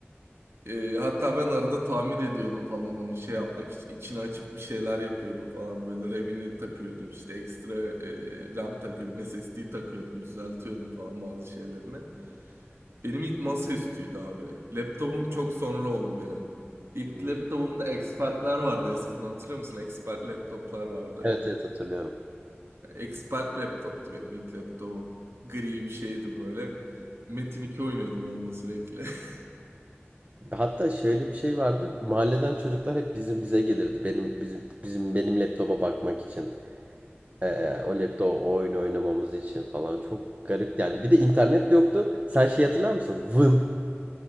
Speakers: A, on the right (about 70°); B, on the right (about 35°).
A: E, hatta ben arada tamir ediyordum falan onu şey yapmak için. İçini açıp bir şeyler yapıyordum falan böyle. RAM'ini takıyordum işte ekstra e, RAM takıyordum. SSD takıyordum düzeltiyordum falan bazı şeylerini. Benim ilk masaüstüydü abi. Laptopum çok sonra oldu benim. İlk
B: Hmm.
A: laptopumda expertler vardı eskiden hatırlıyor musun? Expert laptoplar vardı.
B: Evet evet hatırlıyorum.
A: Expert laptoptu benim ilk laptopum. Gri bir şeydi böyle. Metin 2 oynuyordum onunla sürekli. <laughs>
B: Hatta şöyle bir şey vardı. Mahalleden çocuklar hep bizim bize gelirdi. Benim bizim bizim benim laptopa bakmak için. Ee, o laptop o oyun oynamamız için falan çok garip yani. Bir de internet de yoktu. Sen şey hatırlar mısın? Vın.